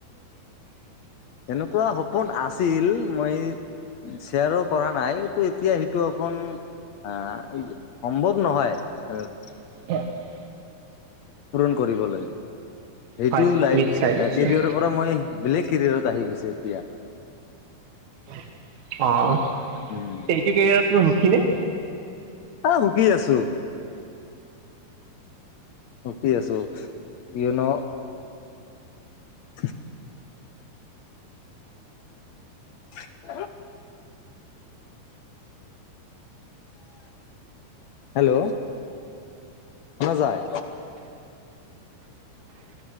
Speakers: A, on the left; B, on the right.
A: তেনেকুৱা সপোন আছিল মই শ্বেয়াৰো কৰা নাই, কিন্তু এতিয়া সেইটো অপোন আহ এই সম্ভৱ নহয় আৰু
B: <inaudible>
A: পূৰণ কৰিবলৈ। সেইটো
B: হয়
A: লাই
B: নিশ্চয়
A: কেৰিয়াৰৰ
B: নিশ্চয়
A: পৰা মই বেলেগ কেৰিয়াৰত আহি গৈছো এতিয়া।
B: অ',
A: উম
B: এইটো কেৰিয়াৰত তুমি সুখী নে?
A: অ', সুখী আছো। সুখী আছো, কিয়নো <inaudible> <inaudible> হেল্ল' শুনা যায়।